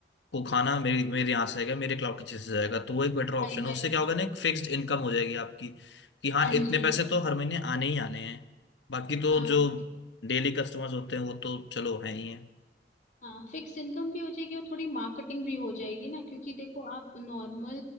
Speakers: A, on the left; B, on the left.
A: को खाना मेरे मेरे यहाँ से आएगा मेरे क्लाउड किचन से जाएगा तो वो एक बेटर ऑप्शन
B: वही वही
A: है उससे
B: वही।
A: क्या होगा ना एक फिक्स्ड इनकम हो जाएगी आपकी कि हाँ
B: हाँ
A: इतने
B: जी
A: पैसे तो हर महीने आने ही आने हैं बाकी तो
B: हाँ
A: जो डेली कस्टमर्स होते हैं वो तो चलो हैं ही हैं
B: हाँ फिक्स इनकम भी हो जाएगी और थोड़ी मार्केटिंग भी हो जाएगी ना क्योंकि देखो आप नॉर्मल